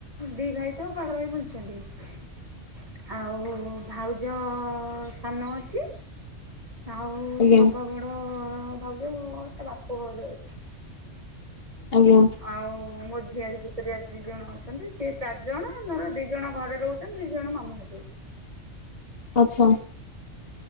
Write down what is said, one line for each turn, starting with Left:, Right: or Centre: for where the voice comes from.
Right: ଦି ଭାଇ ତ ପାଗଳ ହେଇ ବୁଲୁଛନ୍ତି। <unintelligible>
Left: ହଁ <inaudible>
Right: ଆଉ ଭାଉଜ ସାନ ଅଛି। ଆଉ
Left: ଆଜ୍ଞା
Right: ସବା ବଡ ଭାଉଜ ତା ବାପ ଘରେ ଅଛି।
Left: ଆଜ୍ଞା
Right: ଆଉ ମୋ ଝି ଝିଆରି ପୁତୁୁରା ଦି ଜଣ ଅଛନ୍ତି ସିଏ ଚାରି ଜଣ ଧର ଦି ଜଣ ଘରେ ରହୁଛନ୍ତି ଦି ଜଣ ମାମୁଁ ଘରେ ରହୁଛି।
Left: ଆଚ୍ଛା।